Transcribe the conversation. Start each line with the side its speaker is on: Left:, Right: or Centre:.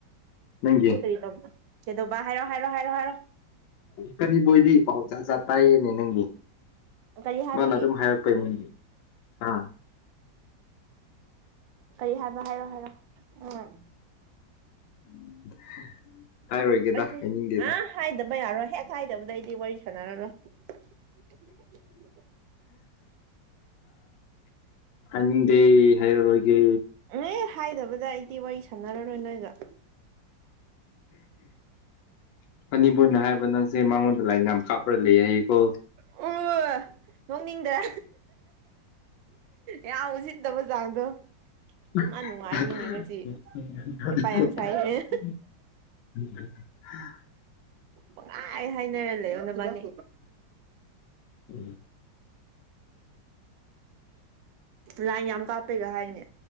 Left: ꯅꯪꯒꯤ
Right: ꯇ ꯀꯦꯗꯧꯕꯕꯥ ꯍꯥꯏꯔꯣ ꯍꯥꯏꯔꯣ ꯍꯥꯏꯔꯣ ꯍꯥꯏꯔꯣ
Left: ꯀꯅꯤꯕꯨꯣꯏꯗꯤ ꯄꯥꯎ ꯆꯥ ꯆꯥ ꯇꯥꯏꯌꯦꯅꯦ ꯅꯪꯗꯤ
Right: ꯀꯔꯤ ꯍꯥꯏꯕꯒꯤ
Left: ꯃꯥꯅ ꯑꯗꯨꯝ ꯍꯥꯏꯔꯛꯄꯩꯅꯦꯗꯤ ꯑꯥ
Right: ꯀꯔꯤ ꯍꯥꯏꯕ ꯍꯥꯏꯔꯣ ꯍꯥꯏꯔꯣ ꯎꯝ
Left: <inaudible>
Right: ꯑꯩꯁꯦ
Left: ꯍꯥꯏꯅꯤꯡꯗꯦꯗ
Right: ꯑꯥ ꯍꯥꯏꯗꯕ ꯌꯥꯔꯣꯏ ꯍꯦꯛ ꯍꯥꯏꯗꯕꯗꯩꯗꯤ ꯋꯥꯔꯤ ꯁꯥꯟꯅꯔꯔꯣꯏ <unintelligible>
Left: ꯍꯥꯏꯅꯤꯡꯗꯦ ꯍꯥꯏꯔꯥꯔꯣꯏꯒꯦ
Right: ꯑꯦ ꯍꯥꯏꯗꯕꯗ ꯑꯩꯗꯤ ꯋꯥꯔꯤ ꯁꯥꯟꯅꯔꯔꯣꯏ ꯅꯣꯏꯒꯥ
Left: ꯑꯅꯤꯄꯨꯔꯅ ꯍꯥꯏꯕ ꯅꯪꯁꯦ ꯃꯉꯣꯟꯗ ꯂꯥꯏꯟ ꯌꯥꯝ ꯀꯥꯞꯂꯒ ꯂꯩ ꯍꯥꯏꯀꯣ
Right: ꯑꯣꯏ ꯅꯣꯛꯅꯤꯡꯗ꯭ꯔꯥ ꯌꯥꯝ ꯎꯁꯤꯠꯇꯕ ꯆꯥꯡꯗꯣ
Left: <unintelligible>
Right: ꯃꯥ ꯅꯨꯡꯉꯥꯏꯅꯤꯅꯦ ꯉꯁꯤ ꯍꯩꯄꯥ ꯌꯥꯝ ꯁꯥꯏꯍꯦ
Left: <unintelligible>
Right: ꯄꯪꯍꯥꯏ ꯍꯥꯏꯅꯔꯥ ꯂꯩꯔꯣ ꯅꯕꯅꯤ
Left: ꯎꯝ
Right: ꯂꯥꯏꯟ ꯌꯥꯝ ꯀꯥꯞꯄꯩꯒ ꯍꯥꯏꯅꯦ